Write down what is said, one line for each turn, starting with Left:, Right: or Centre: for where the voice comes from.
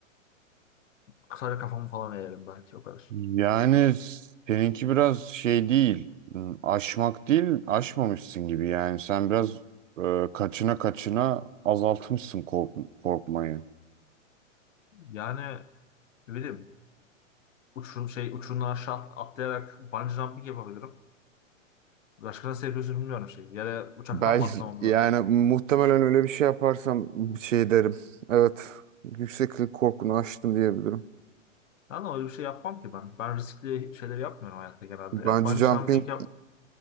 Left: Kısaca kafamı falan eğerim belki o kadar.
Right: Yani seninki biraz şey değil. hmm, Aşmak değil, aşmamışsın gibi. Yani sen biraz e, kaçına kaçına azaltmışsın kork- korkmayı.
Left: Yani ne bileyim uçurum şey uçurumdan aşağı at- atlayarak bungee jumping yapabilirim. Başka nasıl yapıyorsun bilmiyorum şey. Ya da uçaktan
Right: Belki
Left: mı atlamam
Right: yani
Left: lazım?
Right: muhtemelen öyle bir şey yaparsam şey derim. Evet, yükseklik korkunu aştım diyebilirim.
Left: Yani öyle bir şey yapmam ki ben. Ben riskli şeyleri yapmıyorum hayatta genelde.
Right: Bungee
Left: ya. Bungee
Right: jumping
Left: jumping yap